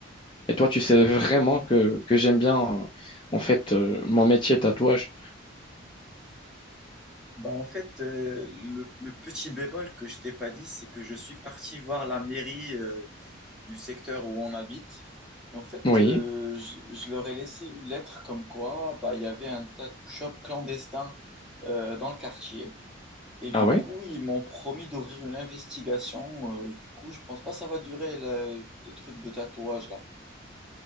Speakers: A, on the left; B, in the centre.
A: Et toi, tu sais
B: Effectivement.
A: vraiment que, que j'aime bien, euh, en fait, euh, mon métier tatouage.
B: Bah en fait, euh, le, le petit bémol que je t'ai pas dit, c'est que je suis parti voir la mairie euh, du secteur où on habite. Et en fait,
A: Oui.
B: euh, je, je leur ai laissé une lettre comme quoi bah, il y avait un tattoo shop clandestin euh, dans le quartier. Et du
A: Ah ouais?
B: coup, ils m'ont promis d'ouvrir une investigation. Euh, du coup, je pense pas que ça va durer le, le truc de tatouage là.